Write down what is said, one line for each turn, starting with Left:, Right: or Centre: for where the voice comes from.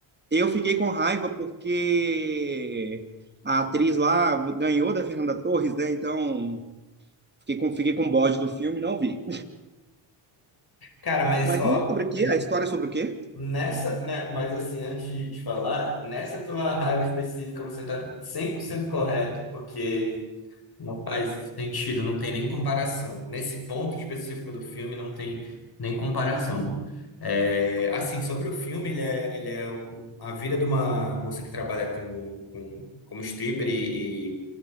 Right: Eu fiquei com raiva porque a atriz lá ganhou da Fernanda Torres, né? Então, fiquei com, fiquei com um bode do filme, e não vi.
Left: Cara, mas
Right: Mas
Left: ó,
Right: ele é sobre o quê? A história é sobre o quê?
Left: nessa, né, mas assim, antes de te falar, nessa tua raiva específica você tá 100% correto, porque não faz sentido, não tem nem comparação. Nesse ponto específico do filme não tem nem comparação. É, assim, sobre o filme, ele é, ele é um- a vida de uma moça que trabalha com, com, como stripper e,